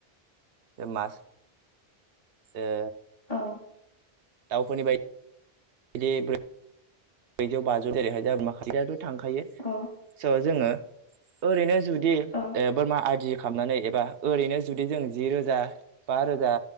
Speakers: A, on the right (about 70°); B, on the left (about 50°).
A: ओमास ओ
B: अ
A: दाउफोरनि बाय <unintelligible> ब्रैजौ बाजौ जेरैहाय दाम माखासेयाथ थांखायो
B: औ
A: स' जोङो ओरैनो जुदि
B: औ
A: ओ बोरमा आदि खालामनानै एबा ओरैनो जुदि जों जि रोजा बा रोजा